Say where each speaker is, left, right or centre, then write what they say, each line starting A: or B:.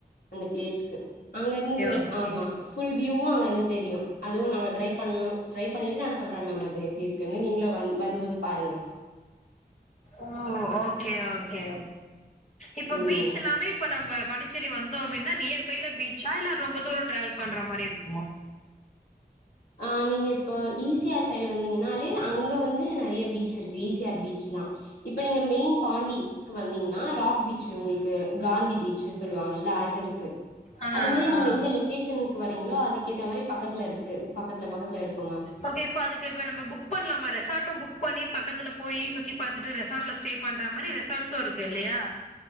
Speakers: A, on the left (about 65°); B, on the left (about 45°).
A: அந்த ப்ளேஸ்க்கு அங்க இருந்து
B: ஓகே
A: ஆமா ஃபுல் வியூவு அங்க இருந்து தெரியு அது அதுவு நாங்க ட்ரை பண்ணனு ட்ரை பண்ணிட்டு நா சொல்றே மேம் அது எப்டி இருக்குன்னு நீங்களு வந் வரும்போது பாருங்க
B: ஓ ஓகே ஓகே இப்ப
A: ம்
B: பீச் எல்லாமே இப்ப நம்ம பாண்டிச் சேரி வந்தோ அப்டின்னா நியர்பைல பீச்சா இல்ல ரொம்ப தூரோ ட்ரவல் பண்ற மாரி இருக்குமா
A: ஆ நீங்க இப்ப ஈசி ஆர் சைடு வந்தீங்கன்னாலே அங்க வந்து நெறைய பீச் இருக்கு ஈசிஆர் பீச்ல்லா இப்ப நீங்க மெய்ன் பாண்டி க்கு வந்தீங்கன்னா ராக் பீச் உங்களுக்கு காந்தி பீச் சொல்லுவாங்கல்ல அதுருக்கு
B: ஆ
A: அது மாரி நீங்க
B: ஆ
A: எந்த லொகேஷன்க்கு வரீங்களோ அதுக்கேத்த மாரி பக்கத்துல இருக்கு பக்கத்துல பக்கத்துல இருக்கு மேம்
B: ஓகே அதுக்கு இப்ப நம்ம புக் பண்லாமா ரெசாட்டு புக் பண்ணி பக்கத்துல போய் சுத்தி பாத்துட்டு ரெசாட்ல ஸ்டே பண்ற மாரி ரெசாட்ஸு இருக்கு இல்லையா